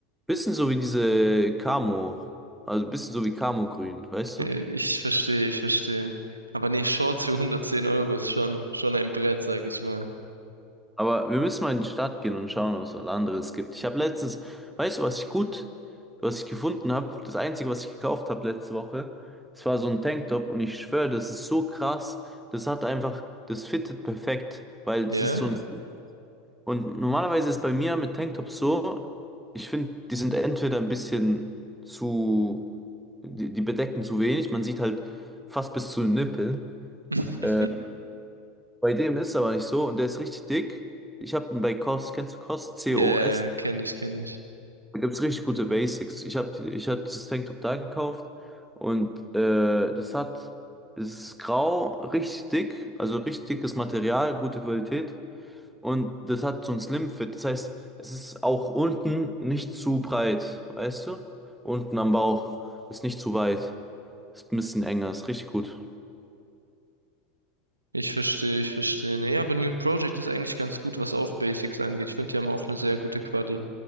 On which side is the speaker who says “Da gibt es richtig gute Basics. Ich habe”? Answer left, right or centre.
Centre